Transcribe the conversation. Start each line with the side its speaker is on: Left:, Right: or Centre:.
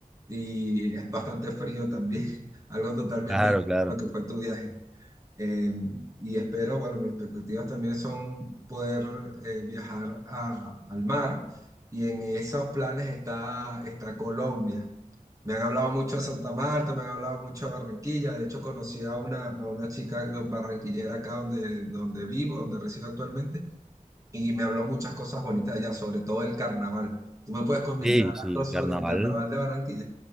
Right: y es bastante frío también, <laughs> algo totalmente
Centre: Claro,
Right: distinto
Centre: claro.
Right: a lo que fue tu viaje. Eh, y espero, bueno, mis expectativas también son poder eh, viajar a- al mar y en esos planes está, está Colombia. Me han hablado mucho de Santa Marta, me han hablado mucho de Barranquilla. De hecho, conocí a una, a una chica barranquillera acá donde, donde vivo, donde resido actualmente, y me habló muchas cosas bonitas de allá, sobre todo el carnaval. ¿Tú me puedes comentar
Centre: Sí, sí,
Right: algo sobre
Centre: carnaval.
Right: el carnaval de Barranquilla?